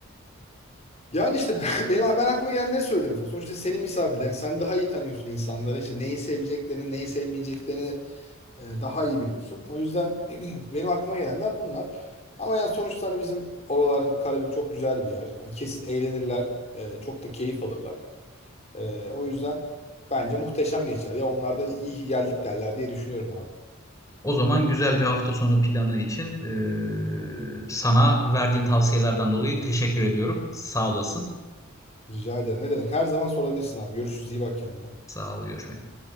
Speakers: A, on the left (about 30°); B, on the left (about 15°).
A: Yani işte ben, <laughs> benim, ben aklıma gelenleri söylüyorum sana. Sonuçta senin misafirlerin. Sen daha iyi tanıyorsun insanları. İşte neyi seveceklerini, neyi sevmeyeceklerini e, daha iyi biliyorsun. O yüzden benim aklıma gelenler bunlar. Ama yani sonuçta hani bizim oralar, hani Karabük çok güzel bir yer. Hani kesin eğlenirler. e, çok da keyif alırlar. E, o yüzden bence muhteşem geçer. Ya onlar da iyi ki geldik derler diye düşünüyorum abi.
B: O zaman güzel bir hafta sonu planı için e, sana verdiğin tavsiyelerden dolayı teşekkür ediyorum. Sağ olasın.
A: Rica ederim. Ne demek? Her zaman sorabilirsin abi. Görüşürüz. iyi bak kendine.
B: Sağ ol, görüşmek üzere.